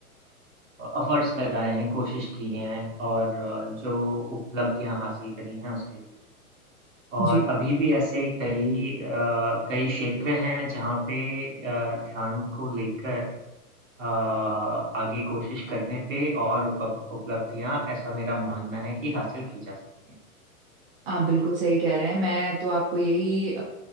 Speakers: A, on the right (about 60°); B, on the right (about 40°).
A: एफर्ट्स लगाए हैं कोशिश की हैं और अ, जो उपलब्धियां हासिल करी हैं उसके लिए और
B: जी
A: अभी भी ऐसे कई अ, कई क्षेत्र हैं जहाँ पे अ, ध्यान को लेकर अ, आगे कोशिश करने पे और उप, उपलब्धियां ऐसा मेरा मानना है कि हासिल की जा सकती हैं
B: आप बिल्कुल सही कह रहे हैं मैं तो आपको यही